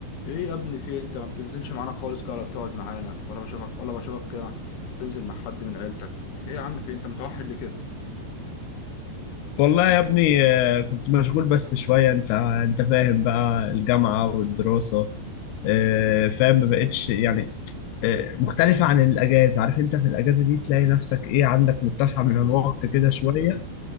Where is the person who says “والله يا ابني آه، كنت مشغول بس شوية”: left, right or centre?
Left